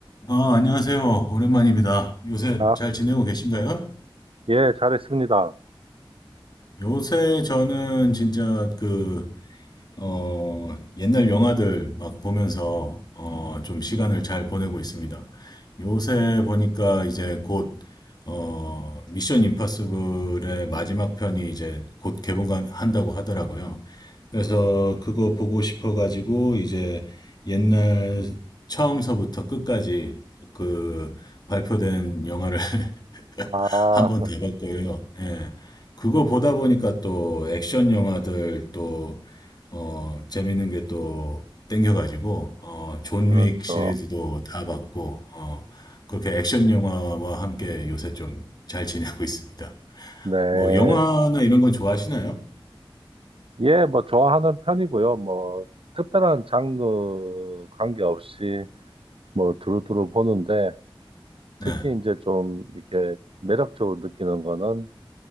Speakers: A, on the left (about 50°); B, on the right (about 80°).
A: 아, 안녕하세요. 오랜만입니다. 요새
B: 아,
A: 잘 지내고 계신가요?
B: 예, 잘했습니다.
A: 요새 저는 진짜 그, 어, 옛날 영화들 막 보면서, 어, 좀 시간을 잘 보내고 있습니다. 요새 보니까 이제 곧, 어, 미션 임파서블의 마지막 편이 이제 곧 개봉한다고 하더라고요. 그래서 그거 보고 싶어가지고 이제 옛날 처음서부터 끝까지 그 발표된 영화를 <laughs>
B: 아,
A: 한번 다 봤고요. 예. 그거 보다 보니까 또 액션 영화들 또, 어, 재밌는 게 또 땡겨가지고, 어, 존윅
B: 그렇죠.
A: 시리즈도 다 봤고, 어, 그렇게 액션 영화와 함께 요새 좀 잘 지내고 있습니다.
B: 네.
A: 뭐, 영화나 이런 건 좋아하시나요?
B: 예, 뭐, 좋아하는 편이고요. 뭐, 특별한 장르 관계없이 뭐, 두루두루 보는데,
A: 네.
B: 특히 이제 좀 이렇게 매력적으로 느끼는 거는